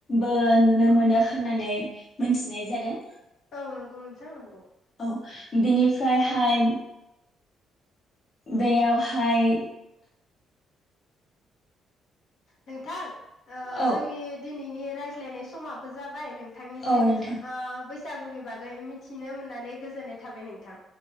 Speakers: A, on the left; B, on the left.
A: बो नुनो मोनो होननानै मोनथिनाय जादों।
B: औ नांगौ नोंथां नंगौ।
A: औ बिनिफ्रायहाय बेयावहाय
B: नोंथां? ओ
A: औ
B: जोंनि दिनैनि रायज्लायनाय समाबो जाबाय नोंथांनिसिम
A: औ नोंथां
B: बैसागुनि बागै मिथिनो मोननानै गोजोननाय थाबाय नों